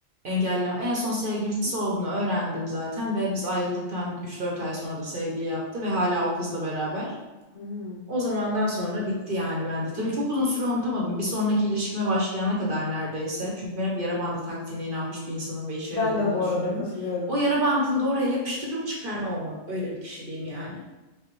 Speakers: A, on the right (about 50°); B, on the left (about 70°).
A: engelleme. En son sevgilisi olduğunu öğrendim zaten ve biz ayrılıktan üç dört ay sonra da sevgili yaptı ve hala o kızla beraber.
B: Hmm.
A: O zamandan sonra bitti yani bende. Tabii çok uzun süre unutamadım. Bir sonraki ilişkime başlayana kadar neredeyse. Çünkü ben hep yara bandı taktiğine inanmış bir insanım ve işe
B: Ben
A: yaradığını
B: de
A: da
B: bu arada
A: düşünürüm.
B: katılıyorum.
A: O yara bandını da oraya yapıştırırım çıkarmam ama. Öyle bir kişiliğim yani.